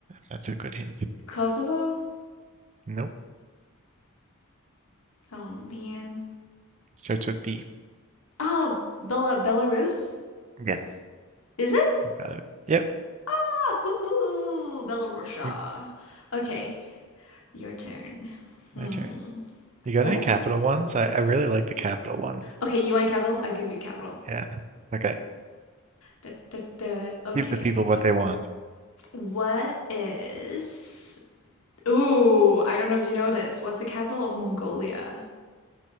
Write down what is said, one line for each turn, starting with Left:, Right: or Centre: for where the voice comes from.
Right: That's a good hint.
Left: Kosovo?
Right: Nope.
Left: Oh man.
Right: Starts with B.
Left: Oh, Bela Belarus?
Right: Yes.
Left: Is it?
Right: Got it. Yep.
Left: Ah, hoo hoo, Belarusia.
Right: <laughs>
Left: Okay, your turn. Hmm.
Right: My turn. You got
Left: Let's.
Right: any capital ones? I, I really like the capital ones.
Left: Okay, you want capital? I give you capital.
Right: Yeah. Okay.
Left: Da, da, da. Okay.
Right: Give the people what they want.
Left: What is? Ooh, I don't know if you know this. What's the capital of Mongolia?